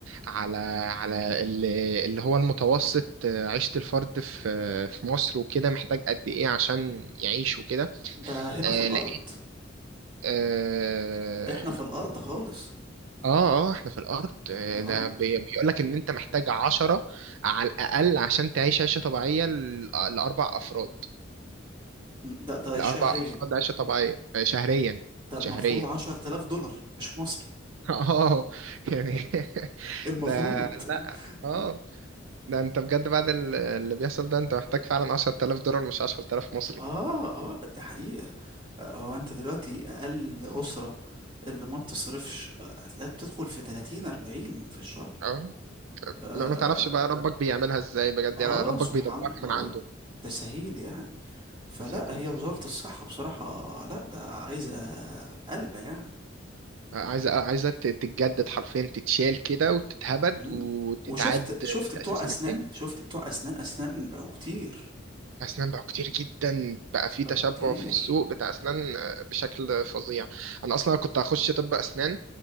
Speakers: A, on the right (about 80°); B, on the right (about 25°).
A: على على ال- اللي هو المتوسط آه، عيشة الفرد في آه، في مصر وكده محتاج قد إيه عشان يعيش وكده
B: ده هنا
A: آه،
B: في الارض
A: لقيت اه
B: احنا في الارض خالص
A: اه آه، احنا في الأرض آه،
B: اه
A: ده بي- بيقولك إن أنت محتاج عشرة على الأقل عشان تعيش عيشة طبيعية ل- لأربع أفراد
B: م- ده ده
A: لأربع
B: شهريا
A: أفراد عيشة طبيعية آه، شهريا
B: ده
A: شهريا
B: المفروض عشرة آلاف دولار مش مصري
A: <laughs> اه يعني <laughs>
B: المفروض
A: ده
B: <laughs>
A: لا اه ده انت بجد بعد ال- اللي بيحصل ده انت محتاج فعلا 10000 دولار مش 10000 مصري
B: اه اه دي حقيقة آه، هو انت دلوقتي اقل اسرة اللي ما بتصرفش آه، هتلاقيها بتدخل في 30 40 في الشهر
A: اه
B: آه,
A: ما ما تعرفش بقى ربك بيعملها ازاي بجد
B: اه
A: يعني ربك
B: سبحان
A: بيدبرها
B: الله
A: من عنده
B: تسهيل يعني فلا
A: فاهم
B: هي وزارة الصحة بصراحة لا ده عايزة قلبة يعني
A: عايزه عايزه ت- تتجدد حرفيا تتشال كده وتتهبد
B: مم.
A: وتتعاد
B: وشفت شفت
A: لتأسيسها
B: بتوع اسنان
A: من تاني
B: شفت بتوع اسنان اسنان بقوا كتير
A: اسنان بقى كتير جدا بقى في
B: بقوا
A: تشبع
B: كتير
A: في السوق بتاع اسنان آه، بشكل فظيع انا اصلا كنت هخش طب اسنان